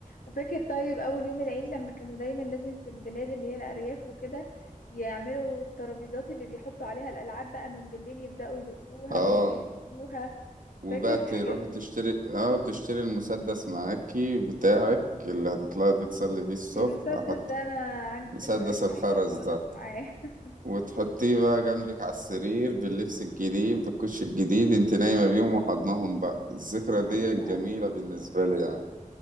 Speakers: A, on the left; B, on the right.
A: وفاكر طيب اول يوم العيد لما كانوا دايما لازم في البلاد اللي هي الارياف وكده يعملوا الترابيزات اللي بيحطوا عليها الالعاب بقى من بالليل يبدأوا يدقوها
B: اه
A: ويجهزوها
B: وبقى
A: فاكر الحاجات
B: تروح تشتري
A: دي
B: اه تشتري المسدس معاكي بتاعك اللي هتطلعي بيه تسلي بيه الصبح
A: المسدس
B: حط
A: ده انا عندي
B: مسدس
A: ذكريات
B: الخرز
A: وحشه خالص
B: ده
A: معاه <laughs>
B: وتحطيه بقى جنبك على السرير باللبس الجديد بالكوش الجديد انت نايمة بيهم وحضنهم بقى الذكرى دي
A: ايوه
B: الجميلة
A: ايوه
B: بالنسبة لي يعني